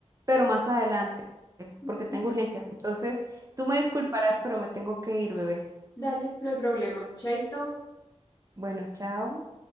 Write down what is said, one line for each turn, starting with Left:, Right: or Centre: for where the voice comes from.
Right: pero más adelante,
Left: <laughs>
Right: porque tengo urgencia. Entonces, tú me disculparás, pero me tengo que ir, bebé.
Left: Dale, no hay problema. Chaito.
Right: Bueno, chao.